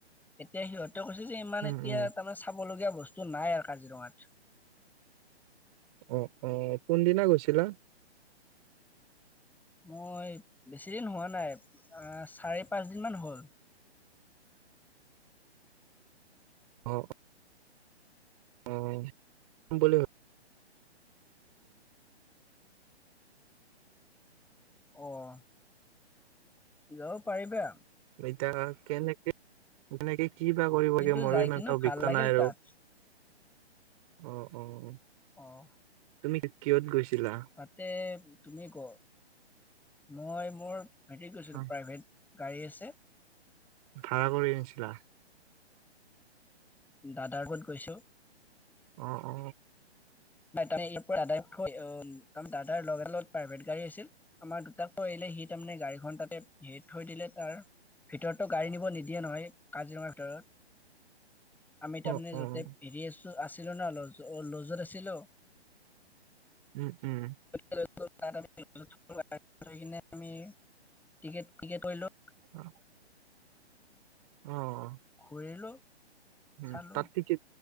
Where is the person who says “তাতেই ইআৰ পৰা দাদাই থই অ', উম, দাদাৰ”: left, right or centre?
Centre